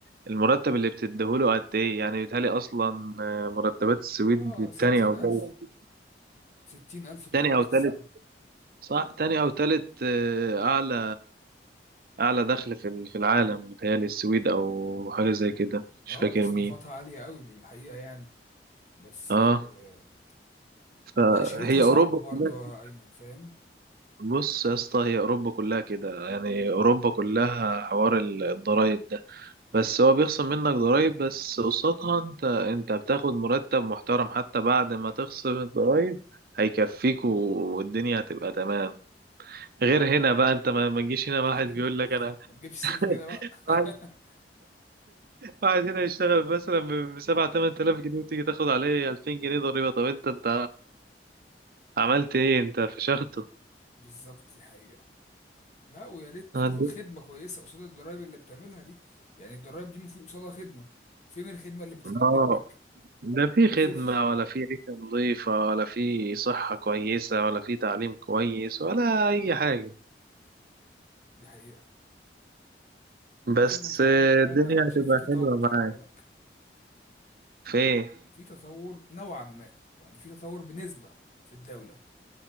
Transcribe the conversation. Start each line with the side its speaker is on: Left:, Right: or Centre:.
Right: المرتب اللي بتديهوله قد ايه يعني بيتهيألي اصلا آه، مرتبات السويد
Left: اه 60000
Right: تاني او تالت
Left: ستين ألف دولار
Right: تاني او
Left: في
Right: تالت
Left: السنة
Right: صح تاني او تالت آه، اعلى اعلى دخل في ال- في العالم بيتهيألي السويد او حاجة زي كده مش
Left: اه
Right: فاكر
Left: تصنيفاتها
Right: مين
Left: عالية قوي بالحقيقة يعني بس
Right: اه
Left: آه،
Right: فهي
Left: تأشيرتها صعبة
Right: اوروبا
Left: برضو
Right: كلها
Left: يا أيمن فاهم
Right: بص يا اسطى هي اوروبا كلها كده يعني اوروبا كلها حوار الضرايب بس هو بيخصم منك ضرايب بس قصادها انت انت بتاخد مرتب محترم حتى بعد ما تخصم الضرايب هيكفيك و- والدنيا هتبقى تمام غير هنا بقى انت ما ما تجيش هنا واحد
Left: <laughs>
Right: بيقول لك انا
Left: ما تجيبش سيرة
Right: <laughs>
Left: هنا بقى <laughs>
Right: واحد واحد هنا يشتغل مثلا ب 7 8000 جنيه وتيجي تاخد عليه 2000 جنيه ضريبة طب انت انت عملت ايه انت فشخته
Left: بالظبط دي حقيقة لا ويا ريت تاخد
Right: عند-
Left: خدمة كويسة قصاد الضرايب اللي بتعملها دي يعني الضرايب دي المفروض قصادها خدمة فين الخدمة اللي بتتقدم
Right: اه
Left: لك
Right: لا في خدمة
Left: صفر
Right: ولا في عيشة نظيفة ولا في صحة كويسة ولا في تعليم كويس ولا أي حاجة
Left: دي حقيقة والله
Right: بس
Left: المستعان والله
Right: الدنيا
Left: أنا أنا شايف
Right: هتبقى
Left: في تطور
Right: حلوة معاك
Left: خلي بالك
Right: في ايه؟
Left: في تطور نوعا ما يعني في تطور بنسبة في الدولة